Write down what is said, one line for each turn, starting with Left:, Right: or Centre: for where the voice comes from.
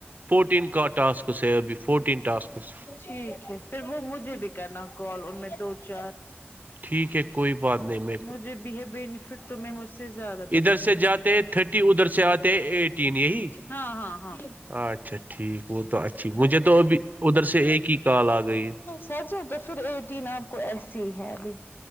Right: فورٹین کا ٹاسکس ہے ابھی فورٹین ٹاسکس
Left: ٹھیک ہے پھر وہ مجھے بھی کرنا کال ان میں دو چار
Right: ٹھیک ہے کوئی بات نہیں م
Left: مجھے بھی ہے بینیفٹ تم مجھ زیادہ بینیفٹ
Right: ادھر سے جاتے
Left: ہے
Right: ہیں تھرٹی ادھر سے آتے ہیں ایٹین یہی
Left: ہاں ہاں ہاں
Right: اچھا ٹھیک وہ تو اچھی مجھے تو ابھی ادھر سے ایک ہی کال آ گئی ہے
Left: سچا تو پھر ایٹین آپ کو ایسی ہی ہے ابھی